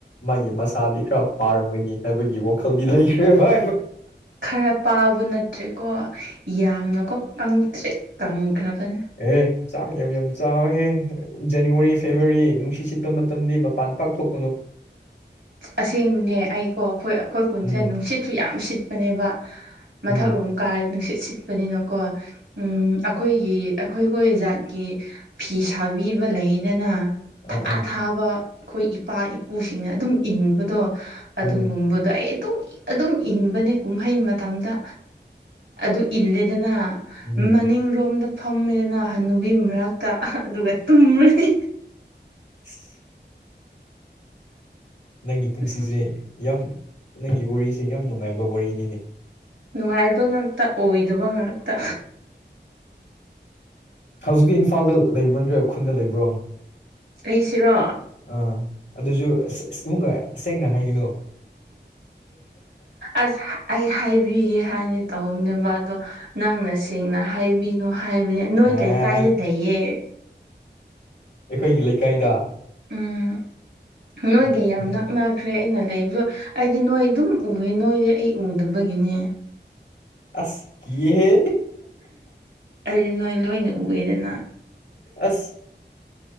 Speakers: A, on the left; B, on the right.
A: ꯃꯥꯒꯤ ꯃꯁꯥꯗꯤ ꯈꯔ ꯄꯥꯔꯝꯒꯅꯤ ꯍꯥꯏꯕꯒꯤ ꯈꯧꯗꯤ ꯂꯩꯈ꯭ꯔꯦ ꯍꯚ
B: ꯈꯔ ꯄꯥꯕ ꯅꯠꯇ꯭ꯔꯦꯀꯣ ꯌꯥꯝꯅꯀꯣ ꯀꯪꯗ꯭ꯔꯤ ꯀꯪꯈ꯭ꯔꯕꯅꯦ
A: ꯑꯦ ꯆꯥꯡ ꯌꯥꯝ ꯌꯥꯝ ꯆꯥꯎꯋꯦꯍꯦ ꯖꯅꯋꯥꯔꯤ ꯐꯦꯕꯋꯥꯔꯤ ꯅꯨꯡꯁꯤ ꯆꯠꯄ ꯃꯇꯝꯗꯤ ꯃꯄꯥꯟ ꯄꯥꯛꯊꯣꯛ
B: ꯑꯁꯦꯡꯕꯅꯦ ꯑꯩꯀꯣ ꯑꯩꯈꯣꯏ ꯑꯩꯈꯣꯏ ꯀꯨꯟꯁꯦ
A: ꯎꯝ
B: ꯅꯨꯡꯁꯤꯠꯁꯨ ꯌꯥꯝ ꯁꯤꯠ ꯄꯅꯦꯕ ꯃꯊꯛꯂꯣꯝ
A: ꯎꯝ
B: ꯀꯥꯔꯦ ꯅꯨꯡꯁꯤꯠ ꯁꯤꯠꯄꯅꯤꯅꯀꯣ ꯎꯝ ꯑꯩꯈꯣꯏꯒꯤ ꯑꯩꯈꯣꯏꯈꯣꯏ ꯖꯥꯠꯀꯤ ꯐꯤ ꯁꯥꯕꯤꯕ ꯂꯩꯗꯅ
A: ꯑꯥ
B: ꯊꯥ
A: ꯑꯥ
B: ꯊꯥꯕ ꯑꯩꯈꯣꯏ ꯏꯄꯥ ꯏꯄꯨꯁꯤꯡꯅ ꯑꯗꯨꯝ ꯏꯟꯕꯗꯣ ꯑꯗꯨꯒꯨꯝꯕꯗꯣ
A: ꯎꯝ
B: ꯑꯩ ꯑꯗꯨꯝ ꯑꯗꯨꯝ ꯏꯟꯕꯅꯦ ꯀꯨꯝꯍꯩ ꯃꯇꯝꯗ ꯑꯗꯨ ꯏꯜꯂꯦꯗꯅ
A: ꯎꯝ
B: ꯃꯅꯤꯡ ꯔꯣꯝꯗ ꯐꯝꯃꯦꯗ ꯍꯥꯅꯨꯕꯤ ꯃꯔꯛꯇ ꯑꯗꯨꯒ ꯇꯨꯝꯃꯅꯤ꯫
A: <unintelligible> ꯅꯪꯒꯤ ꯄꯨꯟꯁꯤꯁꯦ
B: ꯑꯁ
A: ꯌꯥꯝ ꯅꯪꯒꯤ ꯋꯥꯔꯤꯁꯦ ꯌꯥꯝ ꯅꯨꯡꯉꯥꯏꯕ ꯋꯥꯔꯤꯅꯤꯅꯦ ꯫
B: ꯅꯨꯡꯉꯥꯏꯕ ꯉꯥꯛꯇ ꯑꯣꯏꯗꯕ ꯉꯥꯛꯇ
A: ꯍꯧꯖꯤꯛꯇꯤ ꯏꯝꯐꯥꯜꯗ ꯂꯩꯕ꯭ꯔ ꯅꯠꯇ꯭ꯔ ꯈꯨꯟꯗ ꯂꯩꯕ꯭ꯔꯣ
B: ꯑꯩꯁꯤꯔꯣ
A: ꯑꯥ ꯑꯗꯨꯁꯨ ꯏꯃꯨꯡꯒ ꯁꯦꯡꯅ ꯍꯥꯏꯒꯅꯣ
B: ꯑꯁ ꯑꯩ ꯍꯥꯏꯕꯤꯒꯦ ꯍꯥꯏꯅꯤ ꯇꯧꯕꯅꯦꯕ ꯃꯗꯣ ꯫ ꯅꯪꯅ ꯁꯦꯡꯅ ꯍꯥꯏꯕꯤꯅꯣ ꯍꯥꯏꯕꯅꯤ ꯅꯣꯏ
A: ꯑꯥ
B: ꯂꯩꯀꯥꯏꯗ ꯂꯩꯌꯦ
A: ꯑꯩꯈꯣꯏꯒꯤ ꯂꯩꯀꯥꯏꯗ
B: ꯎꯝ ꯅꯣꯏꯒꯤ
A: ꯑꯣꯀꯦ
B: ꯌꯥꯝ ꯅꯛꯅ ꯆꯠꯈ꯭ꯔꯦ ꯑꯩꯅ ꯂꯩꯕ ꯑꯩꯗꯤ ꯅꯣꯏ ꯑꯗꯨꯝ ꯎꯑꯦ ꯅꯣꯏꯗꯤ ꯑꯩ ꯎꯗꯕꯒꯤꯅꯦ
A: ꯑꯁ ꯀꯤꯍꯦ
B: ꯑꯩꯗꯤ ꯅꯣꯏ ꯂꯣꯏꯅ ꯎꯑꯦꯗꯅ
A: ꯑꯁ